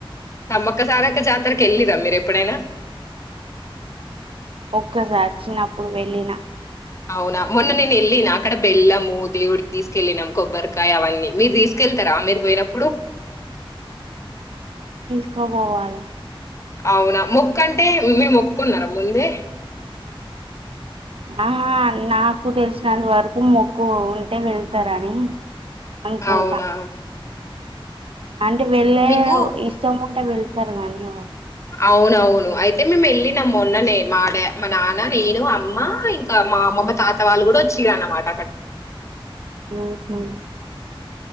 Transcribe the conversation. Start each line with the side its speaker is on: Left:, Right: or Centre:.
Left: సమ్మక్క, సారక్క జాతరకి వెళ్ళిర్రా మీరు ఎప్పుడైనా
Right: ఒక్కసారి చిన్నప్పుడు వెళ్ళినా
Left: అవునా మొన్న నేను వెళ్ళిన అక్కడ బెల్లము దేవుడికి తీసుకెళ్ళినం కొబ్బరికాయ అవన్నీ మీరు తీసుకెళ్తా రా మీరు పోయినప్పుడు
Right: <unintelligible> వాళ్ళకి
Left: అవునా మొక్కు అంటే మీరు మొక్కుకున్నారా ముందే
Right: అహ నాకు తెలిసినంత వరకు మొక్కు ఉంటే వెళతారని అనుకుంటా
Left: అవునా
Right: అంటే వెళ్ళే
Left: మీకు
Right: ఇష్టం ఉంటే వెళ్తారు గాని వాళ్ళు
Left: అవునవును అయితే మేము వెళ్ళిన మొన్ననే మాడ మా నాన్న, నేను, అమ్మ ఇంకా మామ మా తాత వాళ్ళు కూడా వచ్చిరనమాట
Right: ఓహో